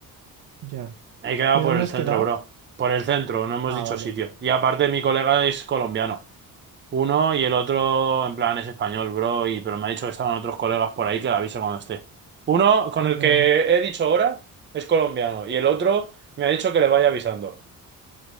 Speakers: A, on the right; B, on the right.
A: Ya.
B: He quedado
A: ¿Y dónde
B: por el
A: has
B: centro,
A: quedado?
B: bro. Por el centro, no hemos
A: Ah,
B: dicho
A: vale.
B: sitio. Y aparte, mi colega es colombiano. Uno y el otro, en plan, es español, bro, y, pero me ha dicho que estaban otros colegas por ahí que le aviso cuando esté. Uno con
A: Ya.
B: el que he dicho ahora es colombiano y el otro me ha dicho que le vaya avisando.